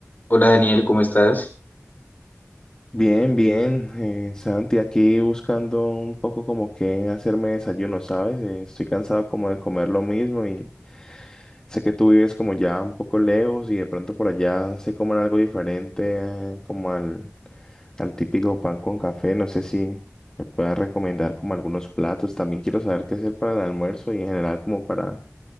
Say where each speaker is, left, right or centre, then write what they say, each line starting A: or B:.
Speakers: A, on the left (about 35°); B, on the left (about 15°).
A: Hola Daniel, ¿cómo estás?
B: Bien, bien, eh, Santi, aquí buscando un poco como que hacerme desayuno, ¿sabes? Eh, estoy cansado como de comer lo mismo y sé que tú vives como ya un poco lejos y de pronto por allá se coman algo diferente, eh, como al, al típico pan con café. No sé si me puedas recomendar como algunos platos. También quiero saber qué hacer para el almuerzo y en general como para